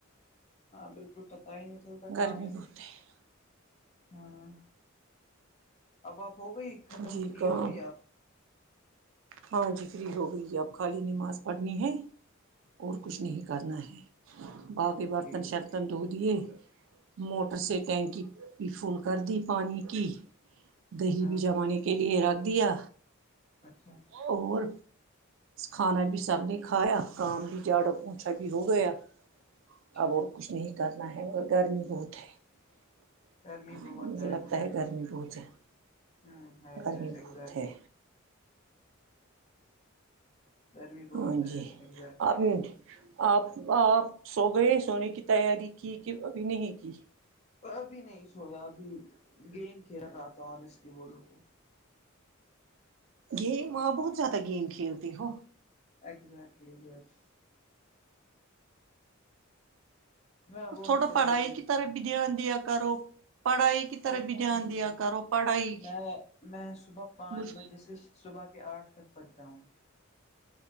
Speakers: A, on the left; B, on the right.
A: ہاں بالکل پتا ہی نہیں چلتا کہاں
B: گرمی بہت ہے
A: ہاں اب آپ ہو گئی ختم
B: جی
A: کرری
B: کام
A: ہو گئی آپ
B: ہاں جی فری ہو گئی ہے اب خالی نماز پڑھنی ہے اور کچھ
A: جی
B: نہیں کرنا ہے باقی
A: اوکے
B: برتن
A: اوکے
B: شرتن دھو دیے موٹر
A: ہ
B: سے ٹینکی پ فول کر دی پانی کی دہی
A: ہاں
B: بھی جمانے کے لیے رکھ دیا
A: اچھا
B: اور کھانا بھی سب نے کھایا کام بھی جاڑو اونچا بھی ہو گیا
A: اچھا
B: اب اور کچھ نہیں کرنا ہے مگر گرمی بہت ہے
A: گرمی بہت
B: مجھے لگتا
A: ایگزیکٹلی
B: ہے گرمی بہت ہے
A: ہاں ہے
B: گرمی
A: ہے ایگزیکٹ
B: بہت ہے
A: گرمی بہت
B: ہاں
A: ہے
B: جی
A: ایگزیکٹ
B: آپ نے آپ آپ سو گئے سونے کی تیاری کی کہ ابھی نہیں کی
A: ابھی نہیں سویا ابھی گینم کھیل رہا تھا اور اس لیے بولو تو
B: گیم آ بہت زیادہ گیم کھیلتی ہو
A: ایگزٹلی یس میں بہت
B: تھوڑا
A: زیادہ
B: پڑھائی
A: گیم
B: کی طرح بھی دھیان دیا کرو پڑھائی کی طرف
A: پڑھتا
B: بھی دھیان
A: ہوں
B: دیا
A: میں
B: کرو پڑھائی
A: میں میں صبح پانچ
B: مجھ
A: بجے سے صبح کے آٹھ تک پڑھتا ہوں